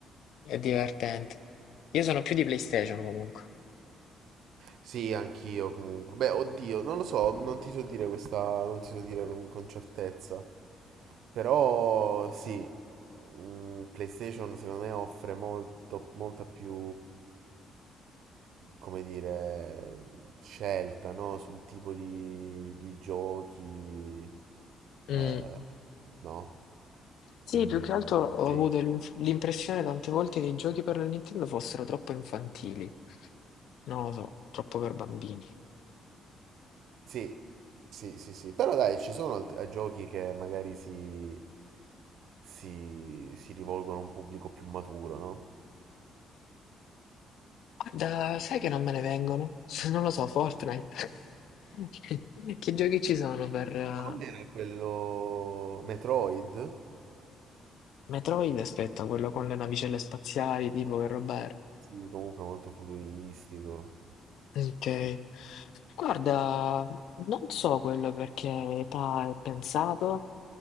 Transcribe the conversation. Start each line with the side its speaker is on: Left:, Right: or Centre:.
Left: è divertente. Io sono più di PlayStation comunque.
Right: Sì, anch'io comunque. Beh, oddio, non lo so, non ti so dire questa, non ti so dire con, con certezza. Però sì, mm, PlayStation secondo me offre molto, molta più, come dire, scelta, no? Sul tipo di, di giochi,
Left: Mm.
Right: eh, no?
Left: Sì,
Right: Quindi,
Left: più che altro ho
Right: cioè,
Left: avuto l'inf- l'impressione tante volte che i giochi per la Nintendo fossero troppo infantili. Non lo so, troppo per bambini.
Right: Sì, sì, sì, sì, però dai, ci sono alt- eh, giochi che magari si, si, si rivolgono a un pubblico più maturo, no?
Left: Guarda, sai che non me ne vengono? <laughs> Non lo so, Fortnite. <laughs> Che giochi ci sono per eh,
Right: Com'era quello Metroid?
Left: Metroid? Aspetta, quello con le navicelle spaziali, tipo che roba era?
Right: Sì, comunque molto futuristico.
Left: Ok. Guarda, non so quello perché età è pensato,